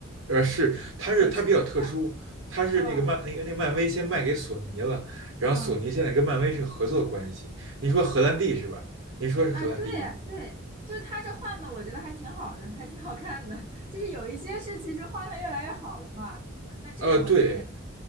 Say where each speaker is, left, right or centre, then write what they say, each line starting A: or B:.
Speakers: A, on the right; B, on the right.
A: 呃，是，它是它比较特殊，
B: 也是是吧？
A: 它是那个漫那个那个漫威先卖给索尼了，
B: 嗯
A: 然后索尼现在跟漫威是合作关系。
B: 嗯
A: 您说荷兰弟是吧？您说是荷兰弟吗？
B: 啊，对对，就是他这换的，
A: 嗯
B: 我觉得还挺好的，还挺好看的。<laughs> 就是有一些是其实换了越来越好了嘛，那这种我其实也能，
A: 呃，对，